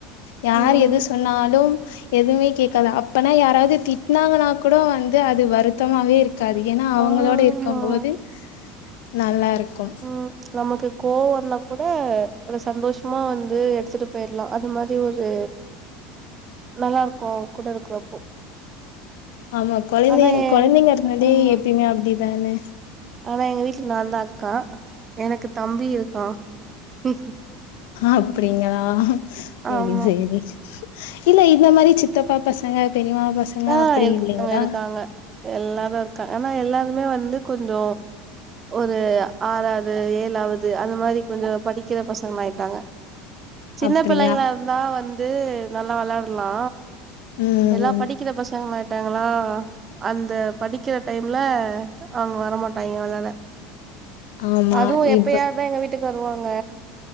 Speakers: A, on the left; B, on the right.
A: யாரு
B: ம்
A: எது சொன்னாலு எதுவுமே கேட்காது அப்பனா யாராவது திட்னாங்கன்னா கூட வந்து து அது வருத்தமாவே இருக்காது ஏன்னா அவங்களோட
B: ஆமா
A: இருக்கம்போது நல்லா இருக்கும்
B: ம் நமக்கு கோவம்ன்னா கூட ஒரு சந்தோஷமா வந்து எடுத்துட்டு போயிடலா அது மாரி ஒரு நல்லா இருக்கு அவங்கூட இருக்கிறப்போ
A: ஆமா குழந்தை
B: ஆனா ஏ
A: குழந்தைங்க இருந்தாலே
B: ஆமா
A: எப்பயுமே அப்டிதான
B: ஆனா எங்க வீட்டுல நா தா அக்கா எனக்கு தம்பி இருக்கான் ம்
A: அப்டிங்களா செரி
B: ஆமா
A: செரி இல்ல இந்த மாதிரி சித்தப்பா பசங்க பெரியம்மா பசங்க
B: ஆ
A: அப்டி
B: இருக்காங்க
A: இல்லைங்களா
B: இருக்காங்க எல்லாரும் இருக்கா ஆனா எல்லாருமே வந்து கொஞ்சோ ஒரு ஆறாவது ஏழாவது அந்த மாதிரி கொஞ்சோ படிக்கிற பசங்களா ஆயிட்டாங்க சின்ன
A: அப்டியா
B: பிள்ளைங்களா இருந்தா வந்து நல்லா விளையாடலா
A: ம்
B: எல்லா
A: ம்
B: படிக்கிற பசங்களாய்டாங்களா அந்த படிக்கிற டைம்ல அவங்க வரமாட்டாங்க விளாட
A: ஆமா
B: அதுவு எப்பயாவது
A: இப்ப
B: தா எங்க வீட்டு க்கு வருவாங்க